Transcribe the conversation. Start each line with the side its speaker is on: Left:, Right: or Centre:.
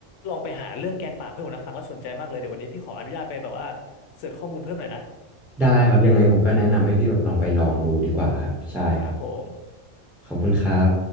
Left: ลองไปหาเรื่องแกงป่าเพื่อนผมนะฟังแล้วสนใจมากเลยเดี๋ยววันนี้พี่ขออนุญาตไปแบบว่าเสิร์ชข้อมูลเพิ่มหน่อยนะ
Centre: ได้ครับยังไงผมก็แนะนำให้พี่แบบลองไปลองดูดีกว่าครับใช่ครับ
Left: ครับผม
Centre: ขอบคุณครับ